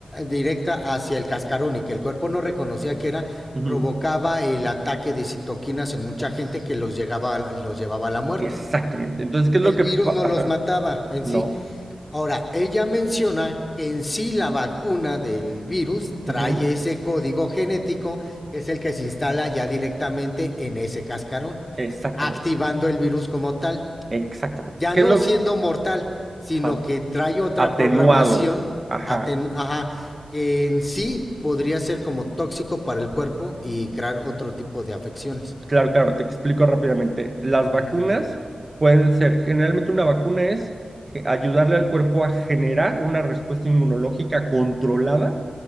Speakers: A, on the left; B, on the right.
A: directa hacia el cascarón y que el cuerpo no reconocía que era,
B: ujú.
A: provocaba el ataque de citoquinas en mucha
B: Puf,
A: gente que los, llegaba, a- los llevaba a la muerte.
B: exactamente. Entonces, ¿qué es
A: El
B: lo que...
A: virus
B: pa-
A: no
B: Ajá.
A: los mataba en
B: No.
A: sí. Ahora, ella menciona que en sí la vacuna del virus trae
B: ujú,
A: ese código genético que es el que se instala ya directamente en ese cascarón,
B: Exactamente.
A: activando el virus como tal
B: Exactamente.
A: ya
B: ¿Qué
A: no
B: es lo
A: siendo mortal, sino
B: ajá,
A: que trae otra
B: atenuado?
A: programación
B: Ajá.
A: aten- ajá, que en sí podría ser como tóxico para el cuerpo y crear otro tipo de afecciones.
B: Claro, claro, te explico rápidamente. Las
A: Ujú,
B: vacunas pueden ser, generalmente una vacuna es ge- ayudarle al cuerpo a generar una respuesta inmunológica controlada